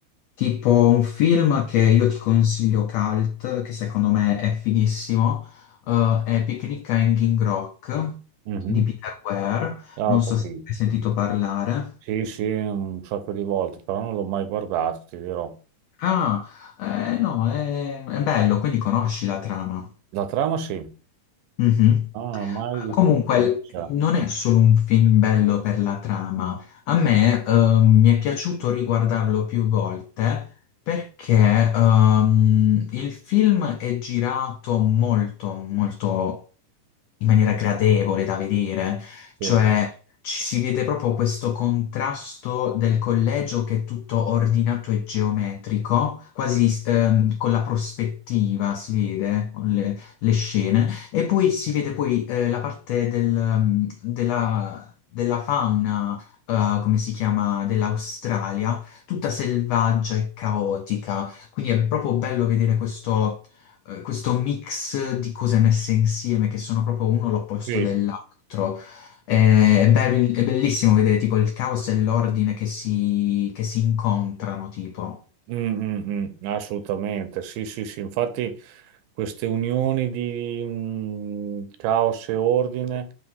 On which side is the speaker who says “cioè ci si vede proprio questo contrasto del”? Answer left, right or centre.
Left